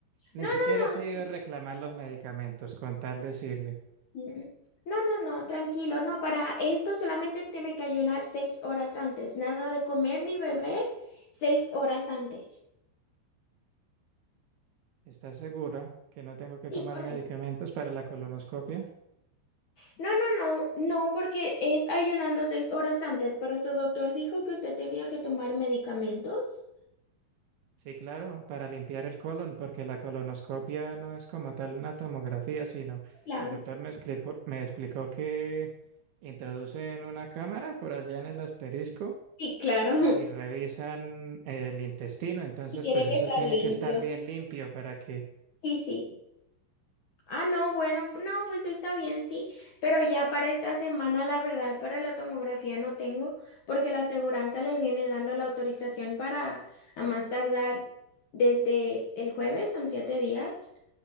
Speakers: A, on the right (about 70°); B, on the left (about 60°).
A: Ni
B: No, no,
A: siquiera se
B: no. sí.
A: ha ido a reclamar los medicamentos con tal decirle,
B: Ujú. No, no, no, tranquilo. No, para esto solamente tiene que ayunar seis horas antes. Nada de comer ni beber seis horas antes.
A: ¿estás segura que no tengo que
B: Sí,
A: tomar
B: correcto.
A: medicamentos para la colonoscopia?
B: No, no, no, no, porque es ayunando seis horas antes, pero su doctor dijo que usted tenía que tomar medicamentos.
A: Sí, claro, para limpiar el colon, porque la colonoscopia no es como tal una tomografía, sino
B: Claro.
A: el doctor me explicó, me explicó que introducen una cámara por allá en el asterisco
B: Sí, claro. <laughs>
A: y revisan el intestino, entonces
B: Y tiene
A: pues
B: que
A: eso
B: estar
A: tiene
B: limpio.
A: que estar bien limpio para que
B: Sí, sí. Ah, no, bueno, no, pues está bien, sí, pero ya para esta semana, la verdad, para la tomografía no tengo, porque la aseguranza le viene dando la autorización para a más tardar desde el jueves, son siete días.